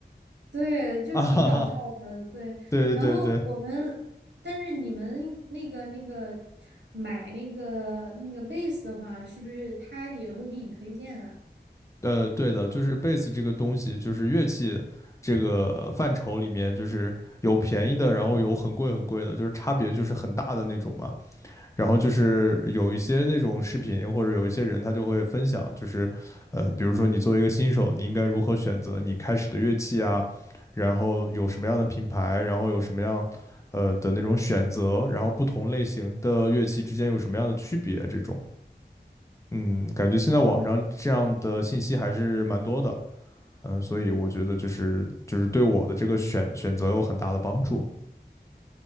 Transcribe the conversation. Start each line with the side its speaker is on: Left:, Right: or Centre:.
Right: 对，就挺搞笑的，
Left: 啊哈哈。
Right: 对。
Left: 对对对，
Right: 然后我们，但是你们那个那个买那个那个 base 的话，是不是他也会给你推荐啊？
Left: 呃，对的，就是贝斯这个东西，就是乐器这个范畴里面，就是有便宜的，然后有很贵很贵的，就是差别就是很大的那种嘛。然后就是有一些那种视频或者有一些人他就会分享，就是呃，比如说你作为一个新手，你应该如何选择你开始的乐器啊，然后有什么样的品牌，然后有什么样呃的那种选择，然后不同类型的乐器之间有什么样的区别这种。嗯，感觉现在网上这样的信息还是蛮多的，
Right: 嗯，
Left: 嗯，所以我觉得就是就是对我的这个选选择有很大的帮助，